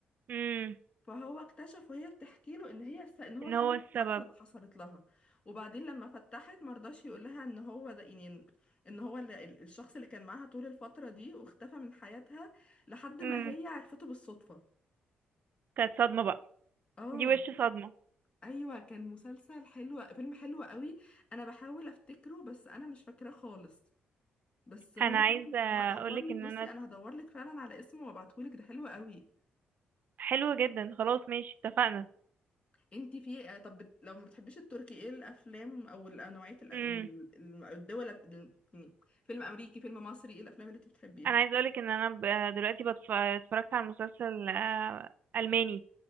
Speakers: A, on the right (about 50°); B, on the left (about 30°).
A: امم
B: فهو اكتشف وهي بتحكي له ان هي الس- ان هو
A: ان
B: سبب
A: هو السبب
B: الحادثه اللي حصلت لها وبعدين لما فتحت مرضاش يقول لها ان هو ده يعني ان هو اللي ال- الشخص اللي كان معاها طول الفتره دي واختفى من حياتها لحد ما
A: امم
B: هي عرفته بالصدفه
A: كانت صدمة بقى
B: اه
A: دي وش صدمة
B: ايوه كان مسلسل حلو فيلم حلو قوي انا بحاول افتكره بس انا مش فاكراه خالص بس هو
A: انا عايزه
B: فعلا هدور
A: اقولك
B: لك
A: ان
B: بصي
A: انا
B: انا هدور لك فعلا على اسمه وابعتهولك ده حلو قوي
A: حلو جدا خلاص ماشي اتفقنا
B: انتي في ايه؟ آه، طب بت... لو ما بتحبيش التركي ايه الافلام او النوعية الأ- ال-
A: امم
B: ال- الدول ال- يعني فيلم امريكي فيلم مصري ايه الافلام اللي انتي بتحبيها
A: انا عايزه اقولك ان انا ب- دلوقتي بتف- اتفرجت على مسلسل آه، الماني